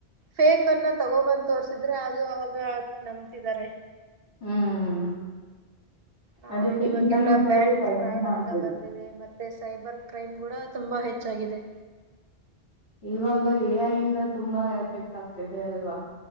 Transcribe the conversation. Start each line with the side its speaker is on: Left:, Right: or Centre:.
Right: ಫೇಕ್ ಅನ್ನ ತಗೋಬಂದ್ ತೋರ್ಸಿದ್ರೆ ಅದು ಅವಾಗ ನಂಬ್ತಿದಾರೆ.
Left: ಹ್ಮ್
Right: ಹ
Left: ಅದಕ್ಕೆ
Right: ಇವಾಗೆಲ್ಲ
Left: ಇಂಟರ್ನೆಟ್ ಬಳಿಗೆ
Right: ಬ್ಯಾಂಕ್
Left: ಕಡಿಮೆ
Right: ಫ್ರಾಡ್
Left: ಮಾಡ್ಬಿಡು
Right: ಅಂತ ಬಂದಿದೆ ಮತ್ತೆ ಸೈಬರ್ ಕ್ರೈಮ್ ಕೂಡ ತುಂಬಾ ಹೆಚ್ಚಾಗಿದೆ.
Left: ಇವಾಗ -ಎ- ಐಯಂದ ತುಂಬಾ ಎಫೆಕ್ಟ್ ಆಗ್ತಿದೆ ಅಲ್ವಾ.